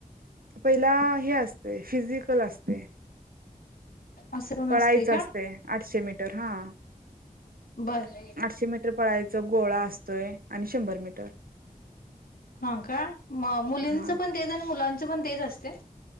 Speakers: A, on the right; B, on the left.
A: पहिला हे अस फिजीकल असतय
B: असं पण
A: पळायच
B: असते
A: असतय
B: का
A: आठशे मीटर हां
B: बर
A: आठशे मीटर प पळायचा गोळा असतोय आणि शंभर मीटर.
B: हां काय म मुलींच
A: हा
B: पन तेच आणि मुलां च पन तेच असतय?